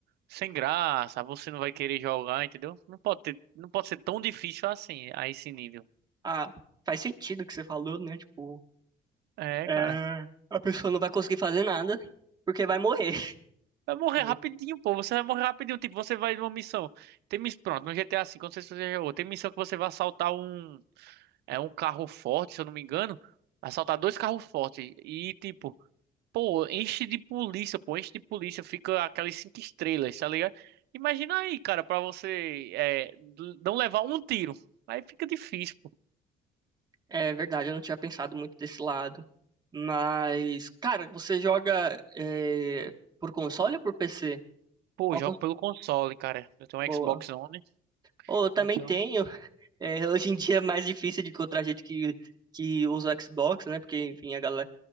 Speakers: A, on the right (about 75°); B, on the right (about 25°).
A: sem graça. Você não vai querer jogar, entendeu? Não pode ter, não pode ser tão difícil assim, a esse nível.
B: Ah, faz sentido o que você falou, né? Tipo,
A: É,
B: é,
A: cara.
B: a pessoa não vai conseguir fazer nada porque vai morrer.
A: Vai morrer
B: <laughs>
A: rapidinho, pô. Você vai morrer rapidinho. Tipo, você vai numa missão. Tem miss... Pronto, no GTA V, não sei se você já jogou. Tem missão que você vai assaltar um, é, um carro forte, se eu não me engano. Assaltar dois carros fortes. E, tipo, Pô, enche de polícia, pô, enche de polícia, fica aquelas cinco estrelas, tá ligado? Imagina aí, cara, pra você é, d- não levar um tiro. Aí fica difícil, pô.
B: É verdade, eu não tinha pensado muito desse lado. Mas, cara, você joga é, por console ou por PC?
A: Pô,
B: Qual
A: eu jogo pelo console, cara. Eu tenho um
B: cons...
A: Xbox One,
B: Ou eu também
A: então.
B: tenho. <laughs> É, hoje em dia é mais difícil de encontrar gente que, que usa o Xbox, né? Porque, enfim, a galera.